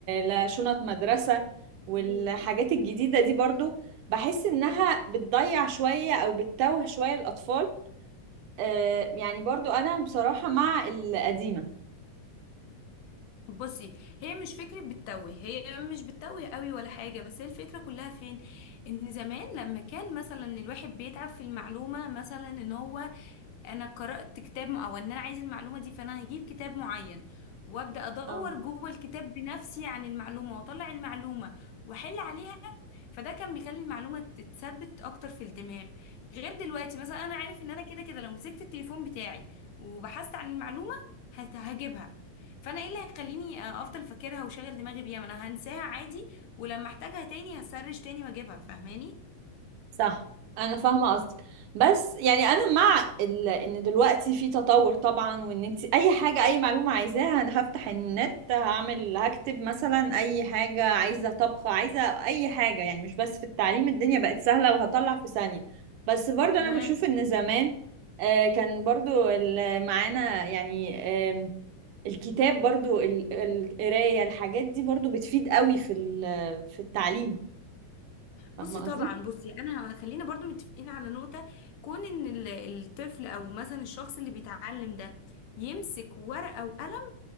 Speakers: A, on the right (about 80°); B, on the left (about 75°).
A: لا شنط مدرسة والحاجات
B: هي
A: الجديدة دي برضو بحس انها بتضيع شوية او بتتوه شوية الاطفال آه، يعني برضو انا بصراحة مع القديمة
B: بصي هي مش فكرة بتتوه هي مش بتتوه قوي ولا حاجة بس هي الفكرة كلها فين ان زمان لما كان مثلا الواحد بيتعب في المعلومة مثلا ان هو انا قرأت كتاب م- او ان انا عايز المعلومة دي فانا هجيب كتاب معين وابدا ادور
A: اه
B: جوه الكتاب بنفسي عن المعلومة واطلع المعلومة واحل عليها فده كان بيخلي المعلومة تتثبت اكتر في الدماغ غير دلوقتي مثلا انا عارف ان انا كده كده لو مسكت التليفون بتاعي وبحثت عن المعلومة هت- هجيبها فانا ايه اللي هيخليني آه، افضل فاكرها وشغل دماغي بيها ما انا هنساها عادي ولما احتاجها تاني هسرش تاني واجيبها فاهماني
A: صح انا فاهمه قصدك بس يعني انا مع ال... ان دلوقتي في تطور طبعا وان انت اي حاجه اي معلومه عايزاها انا هفتح النت هعمل هكتب مثلا اي حاجه عايزه طبخ عايزه اي حاجه يعني مش بس في التعليم الدنيا بقت سهله وهطلع في ثانيه بس برضو
B: تمام.
A: انا بشوف ان زمان آه، كان برضو ال- معانا يعني آم، الكتاب برضو ال- القرايه الحاجات دي برضو بتفيد قوي في ال- في التعليم فاهمه
B: بصي
A: قصدي
B: طبعا بصي انا خلينا برضو متفقين على نقطة كون ان ال- الطفل او مثلا الشخص اللي بيتعلم ده يمسك ورقة وقلم